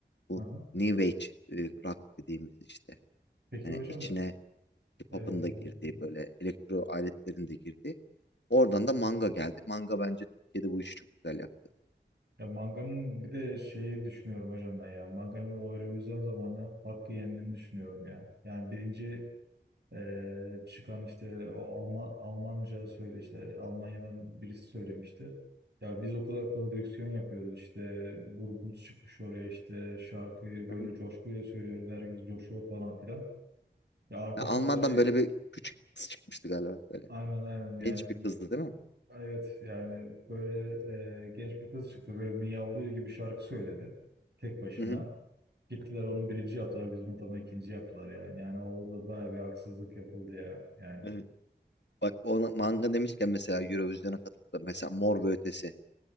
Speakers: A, on the left (about 70°); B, on the right (about 65°).
A: bu
B: Hı
A: New Age e, rock dediğimiz işte.
B: Peki
A: Yani
B: hocam
A: içine hip-hop'un
B: eee,
A: da girdiği böyle elektro aletlerin de girdiği. Oradan da manga geldi. Manga bence Türkiye'de bu işi çok güzel yaptı.
B: ya Manga'nın bir de şeyi düşünüyorum hocam ben ya. Manga'nın o revizyon zamanı hakkı yendiğini düşünüyorum yani. Yani birinci eee, çıkan işte o Alman, Almanca söyle işte Almanya'dan birisi söylemişti. Ya biz o kadar prodüksiyon yapıyoruz işte grubumuz çıkmış oraya işte şarkıyı böyle
A: Hı hı.
B: coşkuyla söylüyoruz herkes coşuyor falan filan. Ya arkasından
A: Ya Alman'dan
B: böyle
A: böyle bir küçük kız çıkmıştı galiba böyle.
B: aynen aynen yani
A: Genç bir kızdı
B: b-
A: değil mi?
B: evet yani böyle e, genç bir kız çıktı böyle miyavlıyor gibi şarkı söyledi tek başına.
A: Hı hı.
B: Gittiler onu birinci yaptılar bizim adamı ikinci yaptılar yani. Yani orada baya bir haksızlık yapıldı ya.
A: <laughs>
B: Yani
A: Evet. Bak ona manga demişken mesela Eurovision'a katılıp da mesela Mor ve Ötesi.